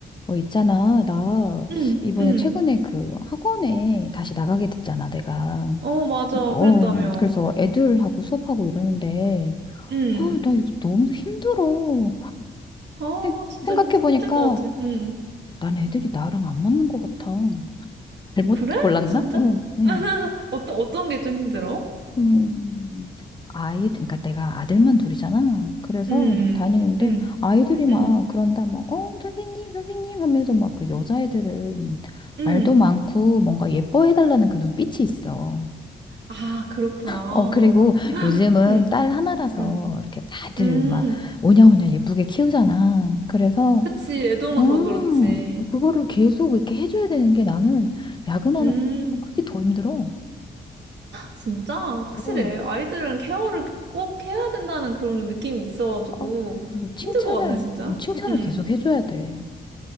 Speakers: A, on the left; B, on the right.
A: 어, 있잖아. 나
B: 응,
A: 이번에
B: 응.
A: 최근에 그 학원에 다시 나가게 됐잖아, 내가.
B: 어, 맞아.
A: 어,
B: 그랬다며.
A: 그래서 애들하고 수업하고 이러는데,
B: 응.
A: 아, 나 이거 너무 힘들어.
B: 아,
A: 생,
B: 진짜
A: 생각해보니까
B: 힘들, 힘들 것 같아. 응.
A: 난 애들이 나랑 안 맞는 것 같아. 잘못
B: 그래?
A: 골랐나?
B: 진짜?
A: 어, 어.
B: <laughs> 어떤, 어떤 게 좀 힘들어?
A: 음, 아이, 그러니까 내가 아들만 둘이잖아. 그래서
B: 응, 응,
A: 다니는데
B: 응,
A: 아이들이 막
B: 응.
A: 그런다, 막, 어, 선생님, 선생님 하면서 막 그 여자애들은
B: 응.
A: 말도 많고 뭔가 예뻐해달라는 그 눈빛이 있어.
B: 아, 그렇구나.
A: 어, 그리고 요즘은
B: 응,
A: 딸 하나라서
B: 응,
A: 이렇게 다들
B: 응.
A: 막 오냐오냐 예쁘게 키우잖아. 그래서,
B: 그치. 애동은
A: 음,
B: 더 그렇지.
A: 그거를 계속 이렇게 해줘야 되는 게 나는 야근하는
B: 음,
A: 거 그게 더 힘들어.
B: 진짜? 확실해.
A: 어.
B: 아이들은 케어를 꼭 해야 된다는 그런 느낌이 있어가지고
A: 어, 그리고
B: 힘들
A: 칭찬을,
B: 것 같네, 진짜.
A: 음, 칭찬을
B: 응.
A: 계속 해줘야 돼.